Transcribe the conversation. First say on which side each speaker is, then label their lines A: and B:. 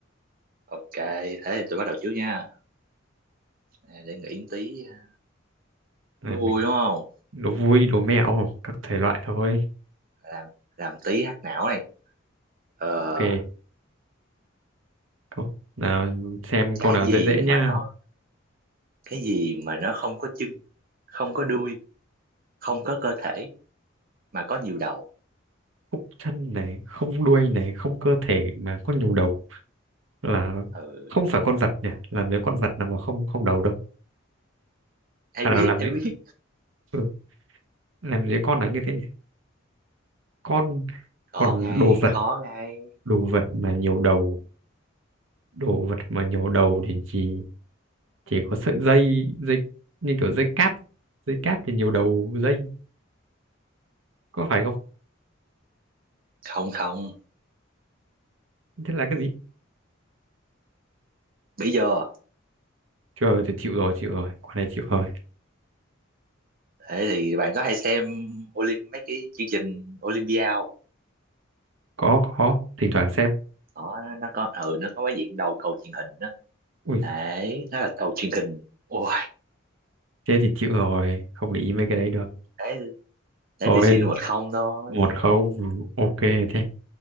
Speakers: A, on the right; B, on the right.
A: Ok, thế thì tôi bắt đầu trước nha. À, để nghĩ tí à,
B: Này,
A: đố
B: mình
A: vui đúng không?
B: đố vui, đố mẹo, các thể loại thôi.
A: Làm làm tí hack não này. Ờ,
B: Ok, câu nào xem câu
A: cái
B: nào
A: gì
B: dễ dễ nhá.
A: mà nó cái gì mà nó không có chân, không có đuôi, không có cơ thể mà có nhiều đầu.
B: Khúc chân này, không đuôi này, không cơ thể mà có nhiều đầu là
A: Ừ,
B: không phải con vật nhỉ làm gì có con vật nào mà không không đầu đâu
A: ai
B: à
A: biết,
B: là làm
A: ai
B: gì
A: biết.
B: ừ. làm gì có con là như thế nhỉ con
A: Khó
B: còn
A: ngay,
B: đồ vật
A: khó ngay.
B: đồ vật mà nhiều đầu đồ vật mà nhiều đầu thì chỉ chỉ có sợi dây dây như kiểu dây cáp dây cáp thì nhiều đầu dây có phải không
A: Không không,
B: thế là cái gì
A: bây giờ.
B: trời thì chịu rồi chịu rồi quả này chịu rồi
A: thế thì bạn có hay xem Olymp mấy cái chương trình Olympia không?
B: có có thỉnh thoảng xem
A: Đó, nó có ừ nó có cái diện đầu cầu truyền hình đó
B: ui
A: đấy nó là cầu truyền hình ôi
B: thế thì chịu rồi không để ý mấy cái đấy được
A: thế thế
B: rồi
A: thì xin một không thôi
B: một không ok thế